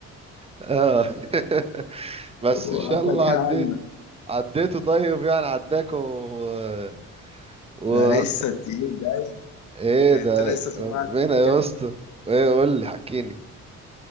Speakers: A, on the right; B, on the left.
A: اه <laughs> بس
B: وسكرنا
A: ان شاء الله عديت عديته طيب يعني عداكوا و... و...
B: ده لسه تقيل جاي
A: ايه ده
B: انت لسه سمعت
A: ربنا
B: حاجه
A: يا اسطى ايه قول لي حكيني